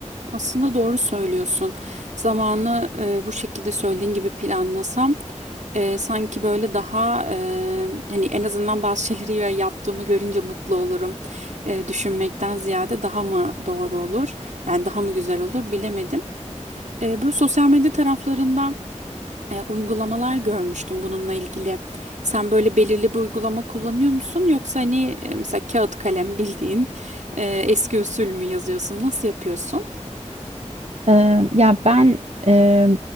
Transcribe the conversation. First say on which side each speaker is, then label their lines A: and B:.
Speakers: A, on the right; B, on the right.
A: Aslında doğru söylüyorsun. Zamanı e, bu şekilde söylediğin gibi planlasam e, sanki böyle daha e, hani en azından bazı <laughs> şeyleri ya- yaptığımı görünce mutlu olurum. E, düşünmekten ziyade daha mı doğru olur? Yani daha mı güzel olur bilemedim. E, böyle sosyal medya taraflarında e, uygulamalar görmüştüm bununla ilgili. Sen böyle belirli bir uygulama kullanıyor musun? Yoksa hani e, mesela kağıt kalem bildiğin e, eski usul mü yazıyorsun? Nasıl yapıyorsun?
B: Eee, ya ben eee,